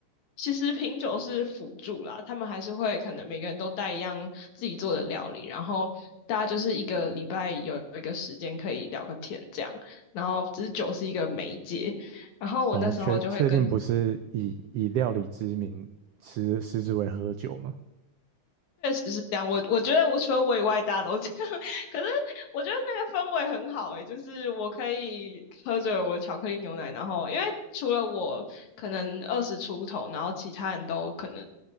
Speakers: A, on the left; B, on the right.
A: 其实品酒是辅助啦，他们还是会可能每个人都带一样自己做的料理，然后大家就是一个礼拜有一个时间可以聊个天这样，然后只是酒是一个媒介，然后我那时候就会跟
B: 然后确确定不是以以料理之名食食之为喝酒嘛？
A: 这样。我我觉得我除了我以外，大家都这样。<laughs> 可是我觉得那个氛围很好诶、欸就是我可以喝着我的巧克力牛奶，然后因为除了我可能二十出头，然后其他人都可能